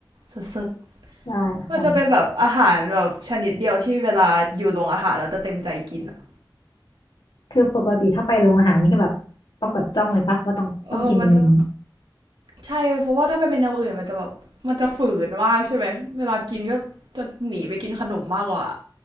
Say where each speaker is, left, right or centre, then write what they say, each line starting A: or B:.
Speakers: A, on the right; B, on the left.
A: สุด
B: ใช่หอม
A: ๆมันจะเป็นแบบอาหารแบบชนิดเดียวที่เวลาอยู่โรงอาหารเราจะเต็มใจกินอ่ะ
B: คือปกติถ้าไปโรงอาหารนี่คือแบบต้องแบบจ้องเลยปะว่าต้องต้องกินเมนูนี้
A: เออมันจะใช่เพราะว่าถ้าไปเป็นอย่างอื่นมันจะแบบมันจะฝืนมากใช่ไหมเวลากินก็จะหนีไปกินขนมมากกว่า